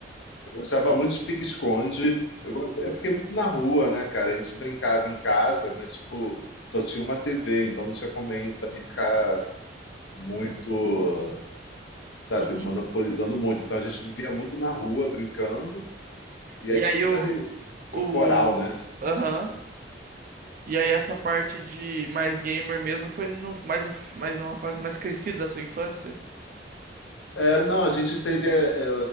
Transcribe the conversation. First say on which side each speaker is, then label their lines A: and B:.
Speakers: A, on the left; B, on the right.
A: Eu gostava muito de pique-esconde. Eu, go- eu fiquei muito na rua, né, cara? A gente brincava em casa, mas, tipo, só tinha uma TV, então não tinha como bem- também ficar muito, sabe,
B: Uhum.
A: monopolizando muito. Então a gente vivia muito na rua, brincando, e
B: E
A: aí tinha
B: aí
A: muita
B: eu.
A: re- corporal,
B: O.
A: né? Tipo assim.
B: Aham. E aí essa parte de mais gamer mesmo foi no, mais, no- mais numa fase mais crescida da sua infância?
A: É, não, a gente teve, é, é,